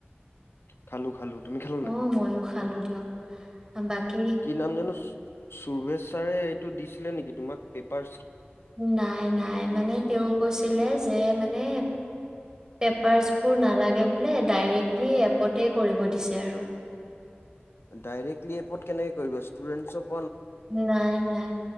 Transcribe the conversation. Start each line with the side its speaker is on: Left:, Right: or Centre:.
Left: খালো খালো তুমি খালা নে নাই
Right: অ' ময়ো খালো দিয়ক বাকী
Left: কি নাম জানো সুুৰভেশ ছাৰে এইটো দিছিলে নেকি তোমাক পেপাৰ
Right: নাই নাই মানে তেওঁ কৈছিলে যে ম মানে পেপাৰছ নালাগে বোলে ডাইৰেক্টলি এপতে কৰিব দিছে আৰু
Left: ডাইৰেক্টলি এপ কেনেকে কৰিব ষ্টুডেণ্টছক
Right: নাই নাই